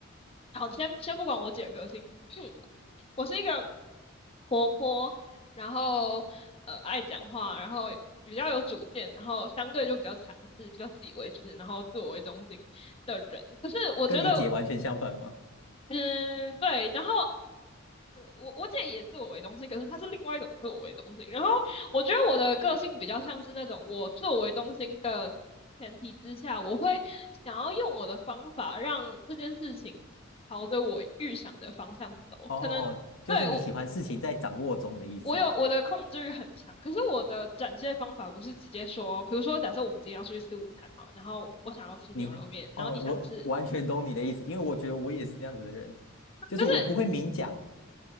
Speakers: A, on the left; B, on the left.
A: 好，先先不管我姐的个性，<clears throat> 我是一个活泼，然后呃爱讲话，然后比较有主见，然后相对就比较强势，比较自以为是，然后自我为中心的人。可是我觉得，
B: 跟你姐完全相反吗？
A: 嗯，对，然后我我姐也自我为中心，可是她是另外一种自我为中心。然后我觉得我的个性比较像是那种我自我为中心的前提之下，我会想要用我的方法让这件事情朝着我预想的方向走。
B: 哦，
A: 可能对我
B: 就是你喜欢事情在掌握中的意思。
A: 我有我的控制欲很强，可是我的展现方法不是直接说，比如说假设我们今天要出去吃午餐好了然后我想要吃牛肉面，
B: 你哦，
A: 然后你想吃，
B: 我完全懂你的意思，因为我觉得我也是这样子的人，就是我不会明讲。
A: 就是